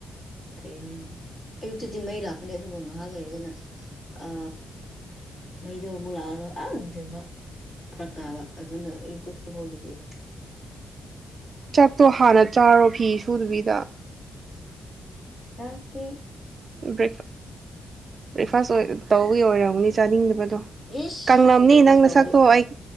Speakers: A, on the left; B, on the right.
A: ꯀꯔꯤ ꯍꯥꯏꯅꯤ ꯑꯌꯨꯛꯇꯗꯤ ꯃꯩ ꯂꯥꯛꯄꯅꯦ ꯑꯗꯨꯕꯨ ꯉꯥꯏꯍꯥꯛ ꯂꯩꯔꯒꯅ ꯑ ꯃꯩꯗꯣ ꯑꯃꯨꯨꯛ ꯂꯥꯛꯑꯔꯣꯏ ꯑꯥ ꯅꯨꯡꯗꯤꯟꯗ ꯐꯔꯛ ꯇꯥꯕ ꯑꯗꯨꯅ ꯑꯌꯨꯛꯇꯁꯨ ꯍꯧꯗꯕꯤ
B: ꯆꯛꯇꯣ ꯍꯥꯟꯅ ꯆꯥꯔꯣ ꯐꯤ ꯁꯨꯗꯕꯤꯗ
A: <unintelligible>
B: ꯕ꯭ꯔꯦꯛ ꯕ꯭ꯔꯦꯛꯐꯥꯁ ꯑꯣꯏ ꯇꯧꯕꯒꯤ ꯑꯣꯏꯔꯝꯅꯤ ꯆꯥꯅꯤꯡꯗꯕꯗꯣ
A: ꯏꯁ
B: ꯀꯪꯂꯝꯅꯤ
A: ꯑꯩꯈꯣꯏ ꯕ꯭ꯔꯦꯛꯐꯥꯁ
B: ꯅꯪ ꯅꯁꯛꯇꯣ
A: ꯇꯧꯕꯩ
B: ꯑꯩ